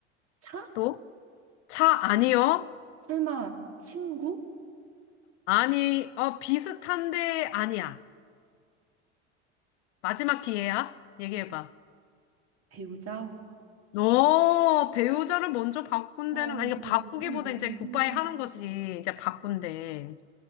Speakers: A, on the right; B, on the left.
A: 차?
B: 또, 차 아니요.
A: 설마 친구?
B: 아니, 어, 비슷한데 아니야. 마지막 기회야. 얘기해봐.
A: 배우자?
B: 어, 배우자를 먼저 바꾼다는,
A: 아, 근데
B: 아니, 이거 바꾸기보다
A: 이건 너무,
B: 이제 굿바이 하는 거지. 이제 바꾼대.